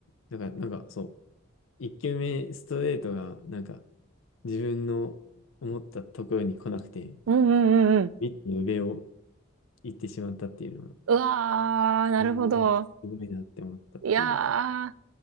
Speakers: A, on the left (about 70°); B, on the right (about 80°).
A: だから、なんかそう、1球目ストレートが、なんか自分の思ったところに来なくて、
B: うんうんうんうん。
A: ミットの上を行ってしまったっていうのが、
B: うわー、なるほど。
A: 別にあ、すごいなって思ったっていうのが、
B: いやー、